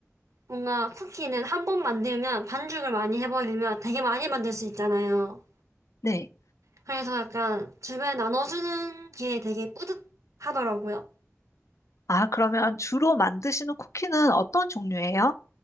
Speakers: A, on the right; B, on the left.
A: 뭔가 쿠키는 한 번 만들면 반죽을 많이 해버리면 되게 많이 만들 수 있잖아요.
B: 네.
A: 그래서 약간 주변에 나눠주는 게 되게 뿌듯하더라고요.
B: 아, 그러면 주로 만드시는 쿠키는 어떤 종류예요?